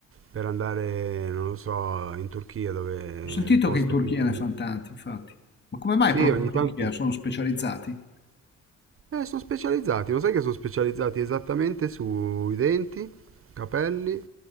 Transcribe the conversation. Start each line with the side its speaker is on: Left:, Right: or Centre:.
Right: per andare, non lo so, in Turchia, dove è
Left: Ho sentito
Right: il posto
Left: che in Turchia
Right: più famoso.
Left: ne fanno tanti, infatti. Ma come mai
Right: Sì,
Left: proprio
Right: ogni
Left: in Turchia
Right: tanto,
Left: sono specializzati?
Right: Eh, sono specializzati, lo sai che sono specializzati esattamente sui denti, capelli